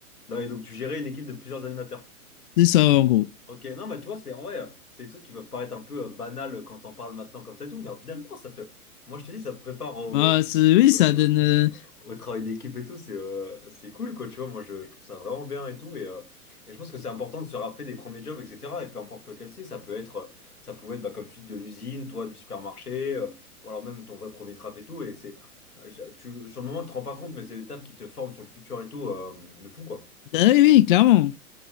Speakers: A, on the left (about 85°); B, on the left (about 35°).
A: non, et donc tu gérais une équipe de plusieurs animateurs.
B: c'est ça, en gros.
A: Ok, non, mais tu vois, c'est en vrai, euh, c'est des trucs qui peuvent paraître un peu euh, banals quand on parle maintenant comme ça et tout, mais au final, non, ça te. Moi, je te dis, ça te prépare au-
B: Bah, c'est- oui, ça
A: euh,
B: donne. euh,
A: au travail d'équipe et tout, c'est euh, c'est cool, quoi, tu vois. Moi, je, je trouve ça vraiment bien et tout. Et, euh, et je pense que c'est important de se rappeler des premiers jobs, etc. Et peu importe lequel c'est, ça peut être, euh, ça pouvait être, bah, comme tu dis, de l'usine, toi, du supermarché, euh, ou alors même ton vrai premier taf et tout. Et c'est, euh, je- tu, sur le moment, tu te rends pas compte, mais c'est des tafs qui te forment sur le futur et tout, euh, de fou, quoi.
B: Bah oui, oui, clairement.